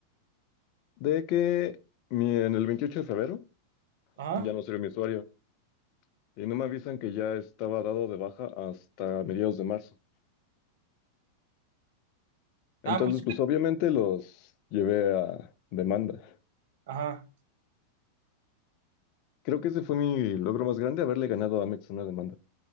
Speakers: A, on the left (about 45°); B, on the right (about 55°).
A: de que mi- en el 28 de febrero
B: Ajá.
A: ya no sirve mi usuario. Y no me avisan que ya estaba dado de baja hasta mediados de marzo. Entonces,
B: Ah, pues,
A: pues obviamente los llevé a demanda.
B: ajá.
A: Creo que ese fue mi logro más grande, haberle ganado a Amex en una demanda.